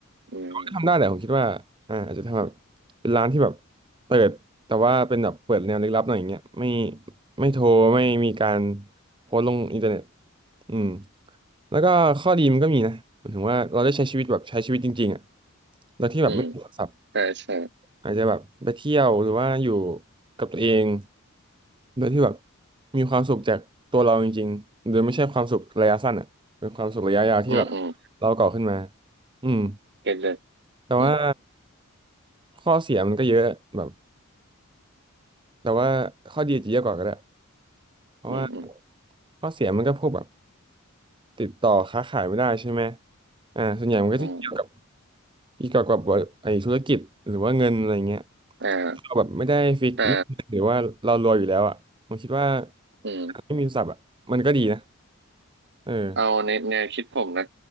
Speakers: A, on the right; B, on the right.
A: อืม
B: ก็ทำได้แหละผมคิดว่าอ่าอาจจะทำแบบเป็นร้านที่แบบเปิด แต่ว่าเป็นแบบเปิดแนวลึกลับหน่อยอย่างเงี้ยไม่ไม่โทรไม่มีการโพสต์ลงอินเทอร์เน็ตอืมแล้วก็ข้อดีมันก็มีนะหมายถึงว่าเราได้ใช้ชีวิตแบบใช้ชีวิตจริงๆอ่ะโดยที่แบบไม่ติดขัดสับ
A: อืมใช่ใช่
B: อาจจะแบบไปเที่ยวหรือว่าอยู่กับตัวเองโดยที่แบบมีความสุขจากตัวเราจริงๆโดยไม่ใช่ความสุขระยะสั้นอ่ะเป็นความสุขระยะยาวที่แบบ
A: อืมอืม
B: เราก่อขึ้นมาอืม
A: เก็ตเลย
B: แต่ว่า
A: อืม
B: ข้อเสียมันก็เยอะแบบแต่ว่าข้อดีอาจจะเยอะกว่าก็ได้เพราะว่า
A: อืมอืม
B: ข้อเสียมันก็พวกแบบติดต่อค้าขายไม่ได้ใช่ไหมอ่าส่วนใหญ่มันก็จะเกี่ยวกับ
A: อืม
B: อีกเกี่ยวกับไอ้ธุรกิจหรือว่าเงินอะไรเงี้ย
A: อ่า
B: เราแบบไม่ได้ฟิกเรื่องเงินหรือว่าเรารวยอยู่แล้วอ่ะผมคิดว่า
A: แต่อืม
B: ไม่มีศัพท์อ่ะมันก็ดีนะเออ
A: เอาในแนวคิดผมนะ